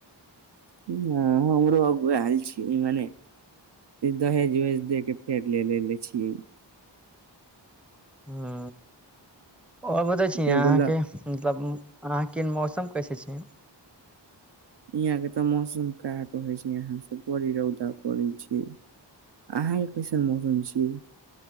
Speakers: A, on the right (about 65°); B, in the centre.
A: हँ हमरो अगुआ आयल छल मने दहेज उहेज दे के कैर लेनेे लै छियै।
B: ह आ बतबै छी
A: एगो
B: अहाँके
A: ल
B: मतलब अहाँके मौसम कैसे छै?
A: यहाँ के तऽ मौसम का कहै छै यहाँ से बड़ी रौदा पड़ै छै। अहाँके कैसन मौसम छियै?